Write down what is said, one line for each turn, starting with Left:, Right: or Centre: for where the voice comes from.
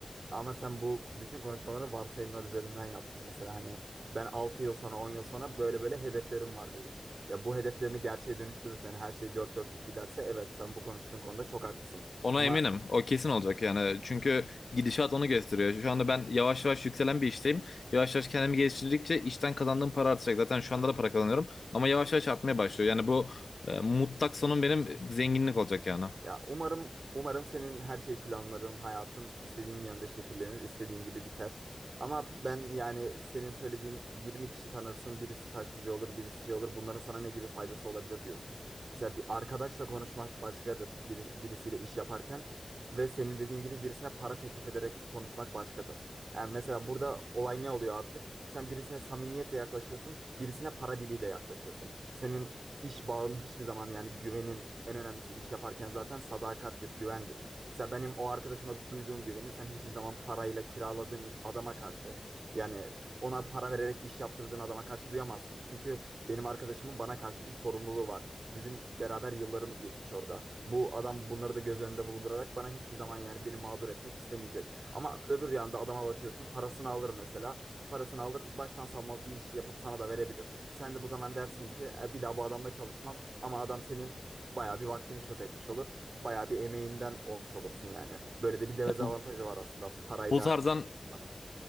Right: Ama sen bu bütün konuşmaları varsayımlar üzerinden yaptın mesela hani ben 6 yıl sonra 10 yıl sonra böyle böyle hedeflerim var dedin. Ya bu hedeflerini gerçeğe dönüştürürsen her şey dört dörtlük giderse evet sen bu konuştuğun konuda çok haklısın.
Left: Ona
Right: Ama
Left: eminim. O kesin olacak yani. Çünkü gidişat onu gösteriyor. Şu anda ben yavaş yavaş yükselen bir işteyim. Yavaş yavaş kendimi geliştirdikçe işten kazandığım para artacak. Zaten şu anda da para kazanıyorum. Ama yavaş yavaş artmaya başlıyor. Yani bu e, mutlak sonum benim zenginlik olacak yani.
Right: Ya umarım umarım senin her şey planların, hayatın istediğin yönde şekillenir, istediğin gibi biter. Ama ben yani senin söylediğin 20 kişi tanırsın, birisi taksici olur, birisi şey olur. Bunların sana ne gibi faydası olabilir diyorsun. Mesela bir arkadaşla konuşmak başkadır, bir, birisiyle iş yaparken ve senin dediğin gibi birisine para teklif ederek konuşmak başkadır. Yani mesela burada olay ne oluyor artık? Sen birisine samimiyetle yaklaşıyorsun, birisine para diliyle yaklaşıyorsun. Senin iş bağının hiçbir zaman yani güvenin en önemlisi iş yaparken zaten sadakattir, güvendir. Mesela benim o arkadaşıma duyduğum güveni sen hiçbir zaman parayla kiraladığın adama karşı yani ona para vererek iş yaptırdığın adama karşı duyamazsın. Çünkü benim arkadaşımın bana karşı bir sorumluluğu var. Bizim beraber yıllarımız geçmiş orada. Bu adam bunları da göz önünde bulundurarak bana hiçbir zaman yani beni mağdur etmek istemeyecek. Ama öbür yanda adama bakıyorsun parasını alır mesela parasını alır baştan savma bir iş yapıp sana da verebilir. Sen de bu zaman dersin ki "E, bir daha bu adamla çalışmam ama adam senin bayağı bir vaktini çöp etmiş olur. Bayağı bir emeğinden olmuş olursun yani. Böyle de bir dezavantajı
Left: Ya bu,
Right: var aslında parayla.
Left: bu tarzdan
Right: Anın.